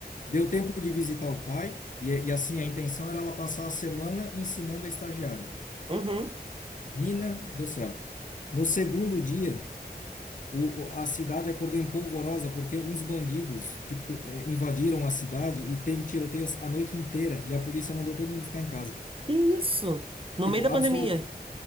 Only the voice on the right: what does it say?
Uhum.
Que isso? No
meio da
pandemia.